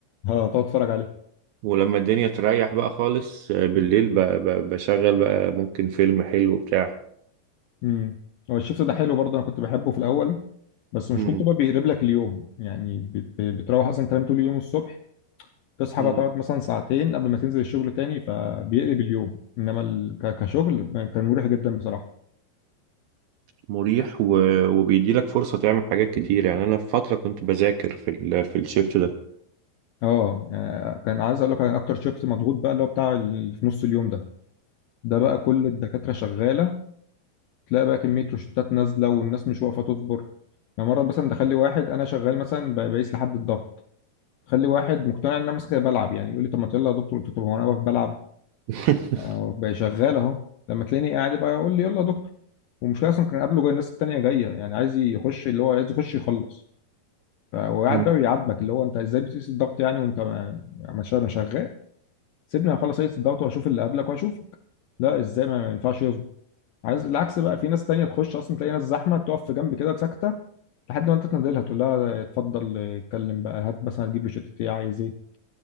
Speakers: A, on the left; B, on the right.
A: ها تقعد تتفرج عليه
B: ولما الدنيا تريح بقى خالص آه، بالليل ب... ب... بشغل بقى ممكن فيلم حلو بتاع
A: امم هو الشيفت ده حلو برضه انا كنت بحبه في الاول بس مشكلته
B: مم.
A: بقى بيقلب لك اليوم يعني بت- بتروح اصلا تنام طول اليوم الصبح تصحى
B: مم.
A: بقى تقعد مثلا ساعتين قبل ما تنزل الشغل تاني فبيقلب اليوم انما ال... ك- كشغل كان مريح جدا بصراحه
B: مريح و... وبيديلك فرصة تعمل حاجات كتير يعني انا في فترة كنت بذاكر في ال... في الشيفت ده
A: اه يعني كان عايز اقول لك أنا اكتر شيفت مضغوط بقى اللي هو بتاع ال- في نص اليوم ده ده بقى كل الدكاتره شغاله تلاقي بقى كمية روشتات نازلة والناس مش واقفة تصبر يعني مرة مثلا تخلي واحد أنا شغال مثلا ب- بقيس لحد الضغط خلي واحد مقتنع إن أنا ماسك بلعب يعني يقول لي طب ما يلا يا دكتور قلت له طب هو أنا واقف بلعب
B: <laughs>
A: أهو بقى شغال أهو لما تلاقيني قاعد بقى يقول لي يلا يا دكتور ومشكلة أصلا كان قبله جاي الناس التانية جاية يعني عايز يخش اللي هو عايز يخش يخلص ف- وقاعد
B: مم.
A: بقى بيعاتبك اللي هو أنت إزاي بتقيس الضغط يعني وأنت ما ما شا- ما شغال سيبني أخلص أقيس الضغط وأشوف اللي قبلك وأشوفك لا إزاي ما ما ينفعش يصبر عايز العكس بقى في ناس تانية تخش أصلا تلاقي ناس زحمة تقف في جنب كده ساكتة لحد ما انت تنادلها تقول لها اتفضل اتكلم بقى هات مثلا هتجيب له شطة ايه عايز ايه